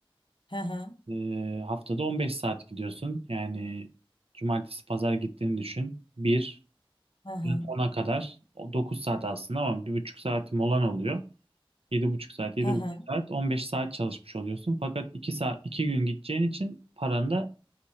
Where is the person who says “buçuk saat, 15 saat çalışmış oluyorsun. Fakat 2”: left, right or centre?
Right